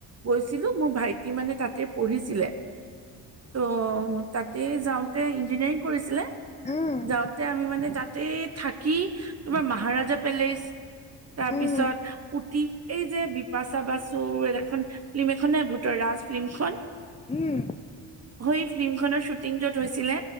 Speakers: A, on the right; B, on the left.
A: গৈছিলো মোৰ ভাইটি মানে তাতে পঢ়িছিলে ত' তাতে যাওঁতে ইঞ্জিনিয়াৰিং কৰিছিলে
B: উম,
A: যাওঁতে আমি মানে তাতে থাকি তোমাৰ মহাৰাজা পেলেচ তাৰপিছত
B: উম,
A: এই যে বিপাচা বাচুৰ এখন ফিল্ম এখননে ভূতৰ ৰাজ ফিল্মখন
B: উম
A: সৈ ফিল্মখনৰ শ্বুটিংটোত হৈছিলে